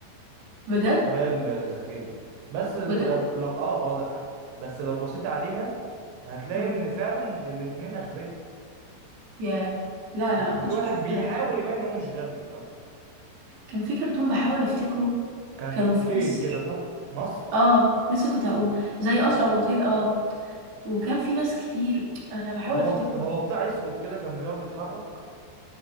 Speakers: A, on the right (about 55°); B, on the right (about 90°).
A: بجد
B: والقطة هي الذكية بس ز-
A: بجد
B: لو لو اه اه ده فعلا بس لو بصيت عليها هتلاقي
A: مم.
B: ان فعلا الاتنين اغبياء
A: ياه لا
B: بس
A: لا ما كنتش
B: في واحد
A: بشوف
B: بيحاول
A: كده
B: يبين ان هو مش غبي مش اكتر
A: كان في كرتون بحاول افتكره
B: كان
A: كانوا في
B: اوتيل
A: مصر
B: كده صح مصر
A: اه لسه كنت هقول زي قصر او اوتيل اه وكان في ناس كتير انا بحاول
B: هو
A: افتكره
B: هو
A: كده
B: بتاع اسود كده كان بيقعد يتحرك